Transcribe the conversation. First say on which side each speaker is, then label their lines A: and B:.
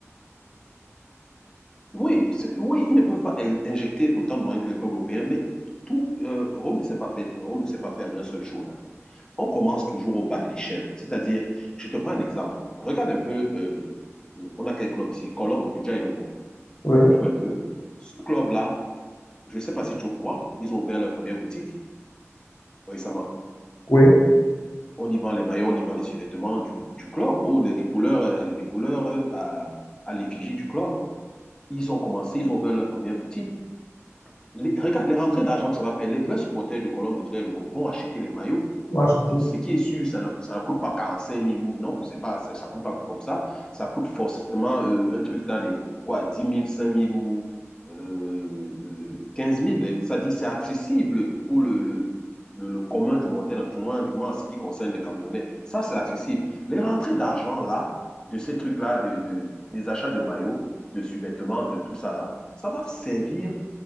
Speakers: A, on the left (about 15°); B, on the left (about 60°).
A: Oui, c'est- oui, ils ne peuvent pas in- injecter autant de moyens que les clubs européens, mais tout, euh, Rome ne sait pas faire, Rome ne sait pas faire en un seul jour. hein. On commence toujours au bas de l'échelle. C'est-à-dire, je te prends un exemple. Regarde un peu, euh, on a quel club ici? Colombe, du Lobo.
B: Oui,
A: Tu vois un peu? Ce club-là, je ne sais pas si tu es au courant, ils ont ouvert leur première boutique récemment.
B: oui,
A: On y vend les maillots, on y vend les sous-vêtements du, du club, ou les, les couleurs, euh, les couleurs euh, à, à l'effigie du club. Ils ont commencé, ils ont ouvert leur première boutique. les- regarde, les rentrées d'argent que ça va faire, les vrais supporters de Colombe de Diallo vont acheter les maillots.
B: acheter.
A: Ce qui est sûr, ça ne, ça ne coûte pas 45 mille ou non, c'est pas, ça ne coûte pas comme ça. Ça coûte forcément euh, un truc dans les quoi, dix mille, cinq mille ou euh, euh, 15 Et Ça dit, c'est accessible pour le, le, le, le commun du montagne, du moins, du moins en ce qui concerne les Camerounais. Ça, c'est accessible. Les rentrées d'argent là, de ces trucs-là, de, de- des achats de maillots, de sous-vêtements, de tout ça là, ça va servir